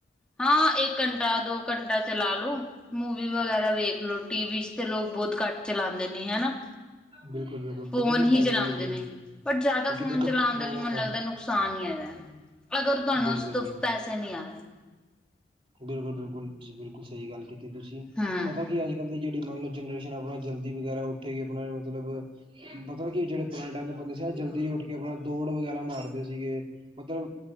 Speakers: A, in the centre; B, on the right.
A: ਹਾਂ ਇੱਕ ਘੰਟਾ ਦੋ ਘੰਟਾ ਚਲਾ ਲੋ ਮੂਵੀ ਵਗੈਰਾ ਵੇਖ ਲੋ ਟੀਵੀ ਚ ਤੇ ਲੋਕ ਬਹੁਤ ਘੱਟ ਚਲਾਉਂਦੇ ਨੇ ਹਨਾ
B: ਬਿਲਕੁਲ ਬਿਲਕੁਲ
A: ਫੋਨ
B: ਪਤਾ ਕੀ
A: ਹੀ
B: ਟੈਕਨੋਲੋਜੀ
A: ਚਲਾਉਂਦੇ
B: ਹਾਂਜੀ
A: ਨੇ ਪਰ ਜ਼ਿਆਦਾ
B: ਕਿਉਂਕਿ
A: ਫੋਨ
B: ਦੇਖੋ
A: ਚਾਲਾਂ ਬਣ
B: ਫੋਨ
A: ਜ਼ ਜ਼ਦਾ ਵੀ ਮੈਨੂੰ ਲੱਗਦਾ ਨੁਕਸਾਨ ਹੀ ਹੈਗਾ ਅਗਰ ਤੁਹਾਨੂੰ
B: ਬਿਲਕੁਲ
A: ਉਸ ਤੋਂ ਪੈਸੇ ਨਹੀਂ ਆ ਰਹੇ
B: ਬਿਲਕੁਲ ਬਿਲਕੁਲ ਜੀ ਬਿਲਕੁਲ ਸਹੀ ਗੱਲ ਕੀਤੀ ਤੁਸੀਂ
A: ਹੂੰ।
B: ਪਤਾ ਕੀ ਅੱਜ। ਅੱਜ ਕੱਲ ਦੀ ਜਹੜੀ ਮੰਨ ਲਓ ਜਨਰੇਸ਼ਨ ਆਪਣਾ ਜਲਦੀ ਵਗੈਰਾ ਉੱਠੇ ਕੇ ਆਪਣਾ ਮਤਲਬ। ਮਤਲਬ ਕਿ ਜਿਹੜੇ ਪੁਰਾਣੇ ਟਮ ਦੇ ਬੰਦੇ ਸੀ ਨਾ ਜਲਦੀ ਉੱਠ ਕੇ ਆਪਣਾ ਦੌੜ ਵਗੈਰਾ ਮਾਰਦੇ ਸੀਗੇ। ਮਤਲਬ